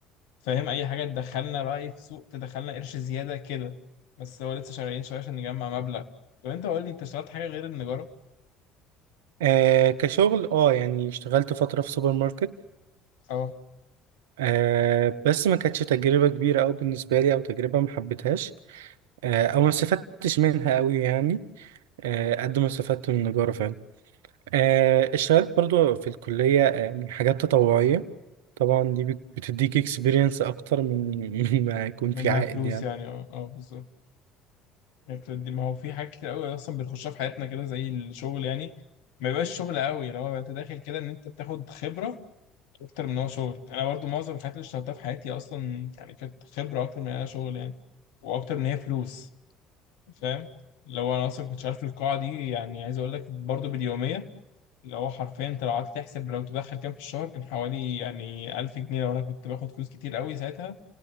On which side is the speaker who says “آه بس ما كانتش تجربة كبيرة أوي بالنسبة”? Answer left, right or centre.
Right